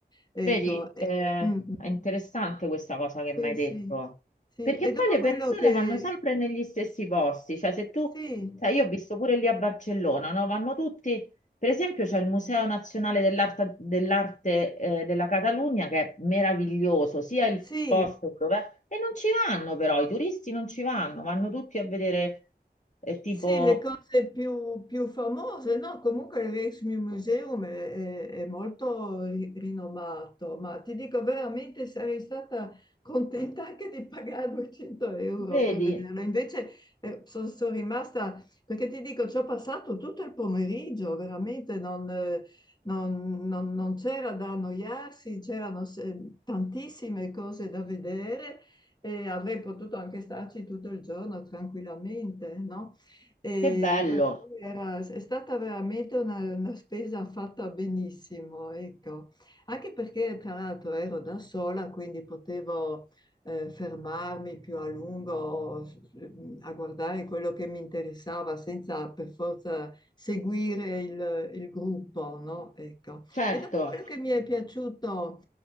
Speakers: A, on the left; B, on the left.
A: Ecco,
B: Vedi,
A: e-
B: eh,
A: mm, mm,
B: è interessante questa cosa che
A: sì,
B: mi hai detto,
A: sì, sì,
B: perché
A: e dopo
B: poi le
A: quello
B: persone
A: che,
B: vanno sempre negli stessi posti, cioè se tu,
A: sì,
B: sai, io ho visto pure lì a Barcellona, no? Vanno tutti, per esempio c'è il Museo Nazionale dell'Arte dell'Arte, eh, della Catalogna che è meraviglioso, sia il
A: sì.
B: posto dove è, e non ci vanno però, i turisti non ci vanno, vanno tutti a vedere, eh, tipo,
A: Sì, le cose più, più famose, no? Comunque il Rijksmuseum è, è- è molto ri- rinomato, ma ti dico veramente sarei stata contenta anche di pagare 200 euro
B: vedi,
A: per vederlo. Invece eh, son- sono, rimasta, perché ti dico, ci ho passato tutto il pomeriggio, veramente non, eh, non- non- non c'era da annoiarsi, c'erano se- tantissime cose da vedere e avrei potuto anche starci tutto il giorno tranquillamente, no? E
B: che bello,
A: per cui era- è stata veramente una, una spesa fatta benissimo, ecco. Anche perché tra l'altro ero da sola, quindi potevo eh, fermarmi più a lungo s- s- mm, a guardare quello che mi interessava senza per forza seguire il, il gruppo, no? Ecco.
B: certo,
A: E dopo quello che mi è piaciuto